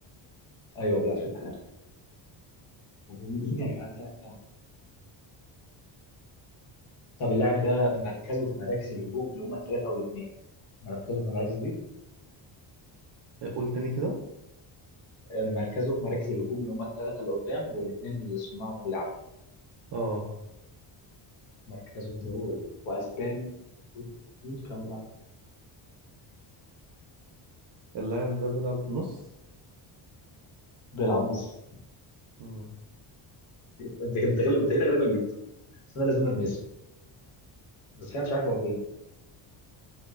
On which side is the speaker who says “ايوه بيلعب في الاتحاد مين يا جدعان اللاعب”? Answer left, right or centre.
Left